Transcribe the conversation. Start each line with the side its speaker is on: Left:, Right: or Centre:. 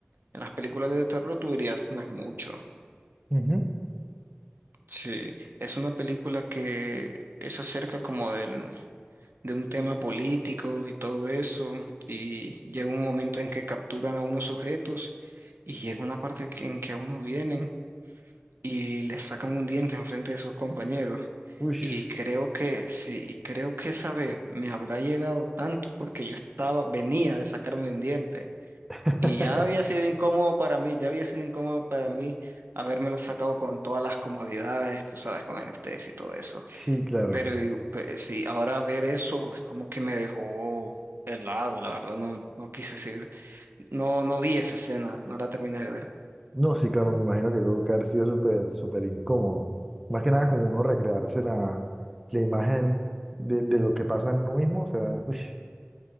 Right: en las películas de terror, tú dirías, no es mucho.
Centre: Ujú.
Right: Sí, es una película que es acerca como del de un tema político y todo eso, y llega un momento en que capturan a unos sujetos y llega una parte que- en que a uno vienen y les sacan un diente enfrente de sus compañeros.
Centre: Ush.
Right: Y creo que sí, y creo que esa vez me habrá llegado tanto porque yo estaba, venía de sacarme un diente
Centre: <laughs>
Right: y ya había sido incómodo para mí, ya había sido incómodo para mí habérmelo sacado con todas las comodidades, tú sabes, con anestesia y todo eso.
Centre: Sí, claro.
Right: Pero y- pe- sí, ahora ver eso como que me dejó helado, la verdad, no, no quise seguir, no, no vi esa escena, no la terminé de ver.
Centre: No, sí, claro, me imagino que tuvo que haber sido súper, súper incómodo. Más que nada como uno recrearse la, la imagen de, de lo que pasa en uno mismo, o sea, ush,